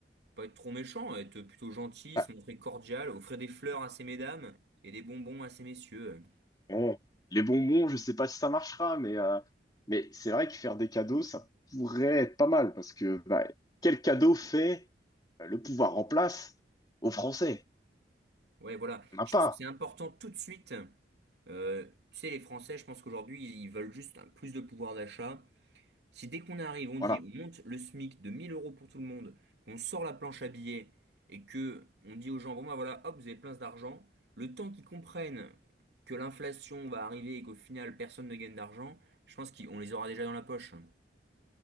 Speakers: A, on the right (about 75°); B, on the left (about 20°).
A: pas être trop méchant, être plutôt gentil,
B: ouais.
A: se montrer cordial, offrir des fleurs à ces mesdames et des bonbons à ces messieurs.
B: Bon, les bonbons, je sais pas si ça marchera, mais, euh, mais c'est vrai que faire des cadeaux, ça pourrait être pas mal parce que bah, quel cadeau fait euh, le pouvoir en place aux Français?
A: Ouais, voilà.
B: On n'a
A: Je
B: pas.
A: pense que c'est important tout de suite. Euh, tu sais, les Français, je pense qu'aujourd'hui, ils ils veulent juste un- plus de pouvoir d'achat. Si dès qu'on arrive, on
B: Voilà.
A: dit on monte le SMIC de 1000 euros pour tout le monde, qu'on sort la planche à billets et que on dit aux gens, bon bah voilà, hop, vous avez plein d'argent, le temps qu'ils comprennent que l'inflation va arriver et qu'au final personne ne gagne d'argent, je pense qu'on les aura déjà dans la poche.